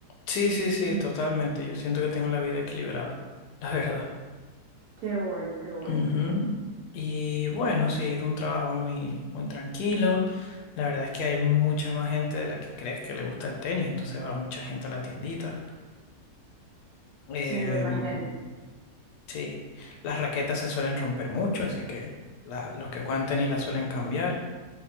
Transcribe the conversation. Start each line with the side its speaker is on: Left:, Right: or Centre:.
Left: sí, sí, sí,
Right: Mm.
Left: totalmente. Yo siento que tengo la vida equilibrada, la verdad.
Right: Qué bueno, qué bueno.
Left: Ujú. Y bueno, sí, es un trabajo muy, muy tranquilo. La verdad es que hay mucha más gente de la que crees que le gusta el tenis, entonces va mucha gente a la tiendita. Em,
Right: Sí, me imagino,
Left: sí, las raquetas se suelen romper mucho, así que la- los que juegan tenis las suelen cambiar.